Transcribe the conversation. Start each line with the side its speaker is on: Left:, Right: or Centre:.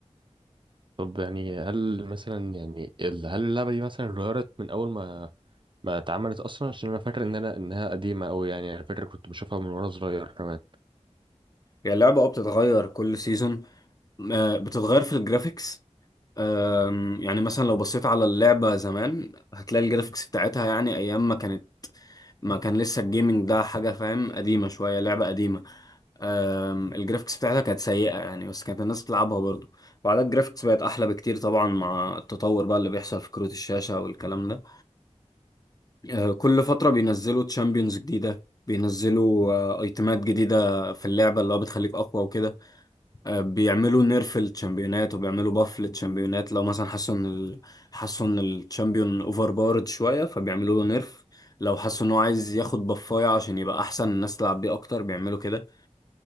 Right: طب يعني هل مثلا يعني ال- هل اللعبة دي مثلا اتغيرت من أول ما ما اتعملت اصلا عشان انا فاكر ان انا انها قديمه قوي يعني انا فاكر كنت بشوفها من وانا صغير كمان
Left: هي اللعبه اه بتتغير كل سيزون بتتغير في الجرافيكس آم، يعني مثلا لو بصيت على اللعبه زمان هتلاقي الجرافيكس بتاعتها يعني ايام ما كانت ما كان لسه الجيمنج ده حاجه فاهم قديمه شويه لعبه قديمه آم، الجرافيكس بتاعتها كانت سيئة يعني بس كانت الناس بتلعبها برضو وبعدها الجرافيكس بقت أحلى بكتير طبعا مع التطور بقى اللي بيحصل في كروت الشاشة والكلام ده آه، كل فترة بينزلوا تشامبيونز جديدة بينزلوا آه، ايتمات جديدة في اللعبة اللي هو بتخليك أقوى وكده آه، بيعملوا نيرف للتشامبيونات وبيعملوا باف للتشامبيونات لو مثلا حسوا إن ال... حسوا إن التشامبيون أوفر بارد شوية فبيعملوا له نيرف لو حسوا إن هو عايز ياخد بفاية عشان يبقى أحسن الناس تلعب بيه أكتر بيعملوا كده